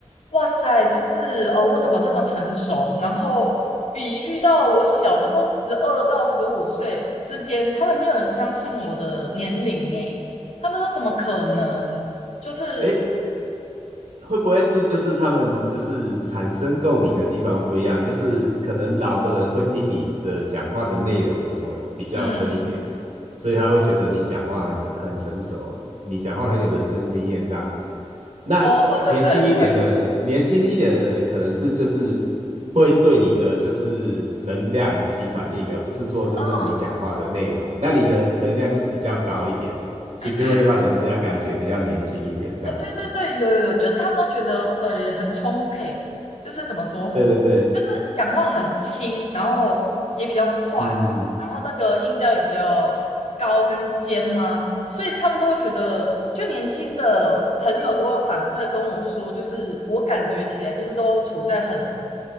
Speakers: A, on the left; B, on the right.
A: 哇塞，就是呃我怎么这么成熟？然后比遇到我小，他不多十二到十五岁之间，他们没有人相信我的年龄诶，他们说怎么可能？就是
B: 诶，会不会是就是他们就是产生共鸣的地方不一样？就是可能老的人会听你的讲话的内容什么比较深一点，
A: 嗯，
B: 所以他会觉得你讲话很很成熟，你讲话很有人生经验这样子。那年轻一点的人，
A: 哦，对对对对，
B: 年轻一点的人可能是就是会对你的就是能量起反应，而不是说真正你讲话的内容。
A: 哦，
B: 那你的能量就是比较高一点，所以就会让人家感觉比较年轻一点这样子。
A: <laughs> 哎，对哎，对对对，有有有，就是他们都觉得呃很充沛，就是怎么说，就是讲话很轻，
B: 对对对。
A: 然后也比较快，
B: 嗯，
A: 然后那个音调也比较高跟尖嘛，所以他们都会觉得，就年轻的朋友都会反馈跟我说，就是我感觉起来就是都处在很